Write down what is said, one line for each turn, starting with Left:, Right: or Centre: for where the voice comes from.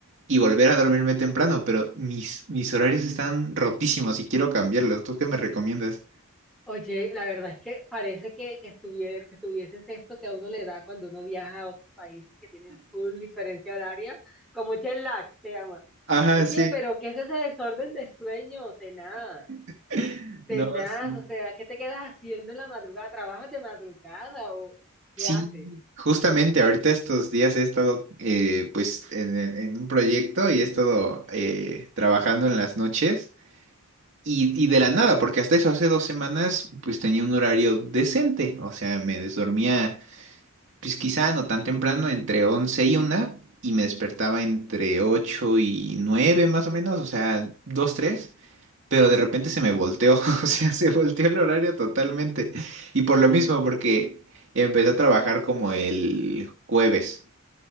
Right: y volver a dormirme temprano, pero mis, mis horarios están rotísimos y quiero cambiarlos, ¿tú qué me recomiendas?
Centre: Oye, la verdad es que parece que, que, estuvier- que tuvieses esto que a uno le da cuando uno viaja a otros países que tienen full diferencia horaria, como jet lag se llama.
Right: Ajá,
Centre: Oye,
Right: sí.
Centre: pero ¿qué es ese desorden de sueño? Tenaz,
Right: <laughs>
Centre: tenaz,
Right: No, sí.
Centre: o sea, ¿qué te quedas haciendo en la madrugada? ¿Trabajas de madrugada o
Right: Sí,
Centre: qué haces?
Right: justamente ahorita estos días he estado eh, pues en, en- en un proyecto y he estado eh, trabajando en las noches y, y de la nada, porque hasta eso hace dos semanas pues tenía un horario decente, o sea, me desdormía pues quizá no tan temprano, entre 11 y una y me despertaba entre 8 y 9 más o menos, o sea, 2 tres pero de repente se me volteó, <laughs> o sea, se volteó el horario totalmente. Y por lo mismo, porque empecé a trabajar como el jueves.